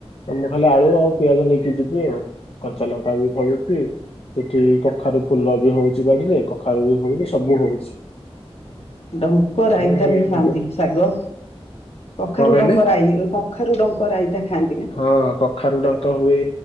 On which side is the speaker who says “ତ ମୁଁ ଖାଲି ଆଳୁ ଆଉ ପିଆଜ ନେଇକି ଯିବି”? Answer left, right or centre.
Left